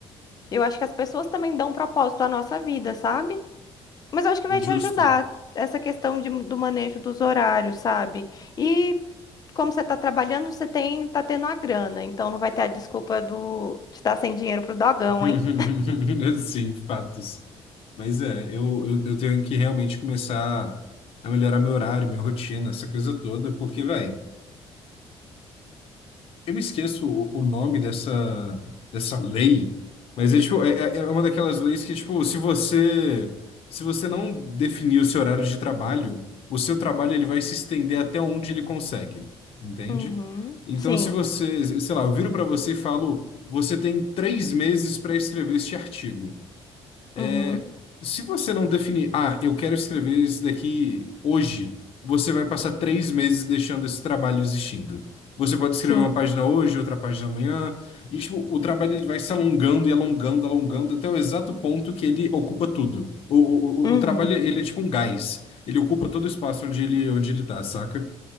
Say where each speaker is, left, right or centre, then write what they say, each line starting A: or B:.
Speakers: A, on the left (about 35°); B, on the left (about 60°).
A: Eu acho que as pessoas também dão propósito à nossa vida, sabe? Mas eu acho que vai
B: Justo.
A: te ajudar essa questão de- do manejo dos horários, sabe? E como você está trabalhando, você tem, tá tendo a grana, então não vai ter a desculpa do, de estar sem dinheiro pro dogão,
B: <laughs>
A: hein?
B: Sim, fatos. Mas é, eu, eu, eu tenho que realmente começar a melhorar meu horário, minha rotina, essa coisa toda, porque, velho. Eu me esqueço o, o nome dessa, dessa lei, mas é, tipo, é, é é uma daquelas leis que, tipo, se você, se você não definir o seu horário de trabalho, o seu trabalho ele vai se estender até onde ele consegue, entende?
A: Uhum,
B: Então,
A: sim.
B: se você, sei lá, eu viro para você e falo, você tem três meses para escrever este artigo.
A: Uhum,
B: É, Se você não definir, ah, eu quero escrever isso daqui hoje, você vai passar três meses deixando esse trabalho existindo. Você pode escrever
A: sim.
B: uma página hoje, outra página amanhã, e tipo, o trabalho ele vai se alongando e alongando, alongando, até o exato ponto que ele ocupa tudo. O, o,
A: Uhum,
B: o, o trabalho, ele é tipo um gás. Ele ocupa todo o espaço onde ele, onde ele tá, saca?